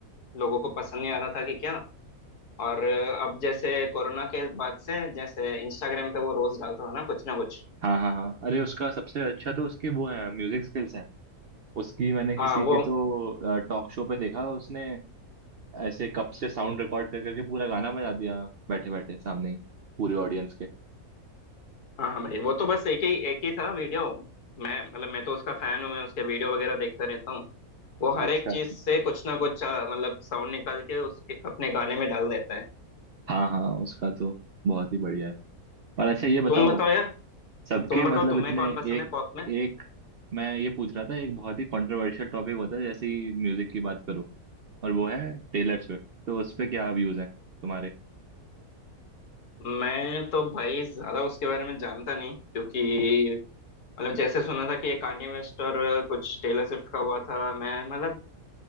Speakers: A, on the left; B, on the right.
A: लोगों को पसंद नहीं आ रहा था कि क्या और अब जैसे कोरोना के बाद से जैसे इंस्टाग्राम पे वो रोज डालता था ना कुछ ना कुछ
B: हाँ हाँ हाँ अरे उसका सबसे अच्छा तो उसके वो है म्यूजिक स्किल्स हैं उसकी मैंने किसी
A: हाँ वो
B: के तो टॉक शो पे देखा उसने ऐसे कप से साउंड रिकॉर्ड कर करके पूरा गाना बजा दिया बैठे बैठे सामने ही पूरी ऑडियंस के
A: हाँ भाई वो तो बस एक ही एक ही था वीडियो मैं मतलब मैं तो उसका फैन हूँ मैं उसके वीडियो वगैरह देखता रहता हूँ वो हर
B: अच्छा
A: एक चीज से कुछ ना कुछ अ, मतलब साउंड निकाल के उसके अपने गाने में डाल देता है
B: हाँ हाँ उसका तो बहुत ही बढ़िया है और अच्छा ये बताओ
A: तुम बताओ यार
B: सबके
A: तुम बताओ
B: मतलब
A: तुम्हें
B: इतने
A: कौन पसंद
B: एक
A: है पॉप में
B: एक मैं ये पूछ रहा था एक बहुत ही कंट्रोवर्शियल टॉपिक होता है जैसे ही म्यूजिक की बात करो और वो है टेलर स्विफ्ट तो उस पे क्या व्यूज हैं तुम्हारे
A: मैं तो भाई ज्यादा उसके बारे में जानता नहीं क्योंकि मतलब जैसे सुना था कि ये कान्ये वेस्ट और कुछ टेलर स्विफ्ट का हुआ था मैं मतलब